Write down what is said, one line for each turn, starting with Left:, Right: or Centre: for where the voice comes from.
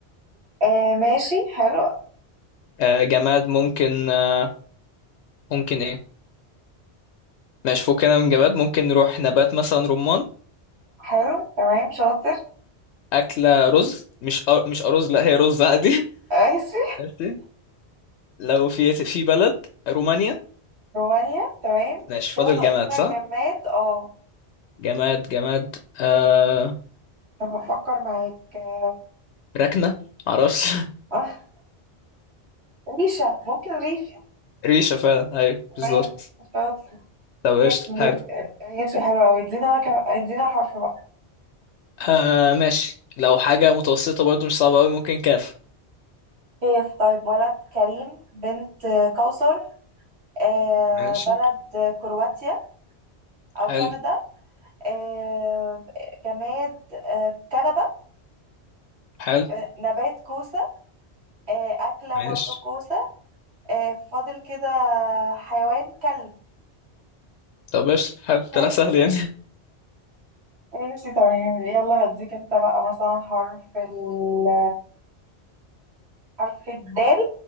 Right: آه، ماشي حلو
Left: آه جماد ممكن آه ممكن ايه ماشي فكنا من جماد ممكن نروح نبات مثلا رمان
Right: حلو تمام شاطر
Left: أكلة رز مش أر... مش أرز لا هي رز عادي <laughs>
Right: ماشي
Left: ماشي لو في في بلد رومانيا
Right: رومانيا تمام
Left: ماشي فاضل
Right: كده ناقص
Left: جماد
Right: لنا
Left: صح
Right: الجماد اه
Left: جماد جماد آه
Right: طب بفكر معاك آه،
Left: ركنة معرفش
Right: آه، ريشة ممكن ريشة
Left: <laughs> ريشة فعلا أيوه
Right: تمام
Left: بالظبط
Right: شاطر
Left: طب قشطة
Right: ر-
Left: حلو
Right: ريشة حلوة أوي ادينا ك- ادينا حرف بقى
Left: آه ماشي لو حاجة متوسطة برضو مش صعبة أوي ممكن كاف
Right: كيف طيب ولد كريم بنت كوثر آه،
Left: ماشي
Right: بلد كرواتيا أو
Left: حلو
Right: كندا آه، جماد آه، كنبة
Left: حلو
Right: آه، نبات كوسة آه، أكلة
Left: ماشي
Right: برضو كوسة آه، فاضل كده حيوان كلب
Left: طب قشطة حلو
Right: <laughs>
Left: طلع سهل يعني
Right: ماشي تمام يلا هديك انت بقى مثلا حرف ال حرف الدال